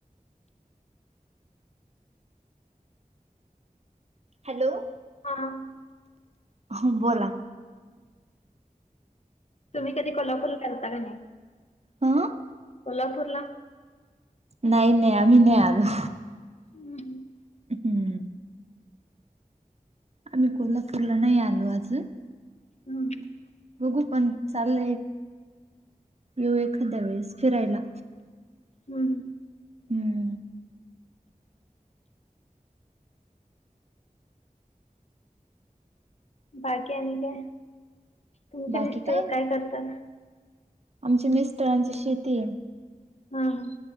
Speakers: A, on the right; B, on the left.
A: हॅलो
B: हां
A: हो बोला
B: तुम्ही कधी कोल्हापूरला गेलता का नाही
A: हं
B: कोल्हापूरला
A: नाही नाही आम्ही नाही आलो
B: हम्
A: हम्म आम्ही कोल्हापूरला नाही आलो अजून
B: हम्म
A: बघू पण चाललंय, येऊ एखाद्या वेळेस फिरायला.
B: हम्
A: हम्म
B: बाकी आणि काय तुमचे
A: बाकी
B: मिस्टर
A: नाही
B: काय करतात?
A: आमच्या मिस्टरांची शेतीयं
B: हा हा